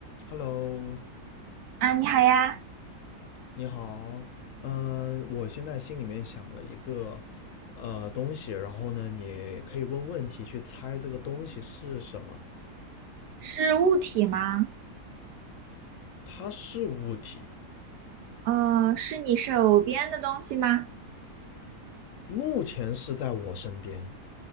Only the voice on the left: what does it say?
Hello，
你好，嗯，我现在心里面想了一个呃东西，然后呢，你可以问问题去猜这个东西是什么。
它是物体，
目前是在我身边，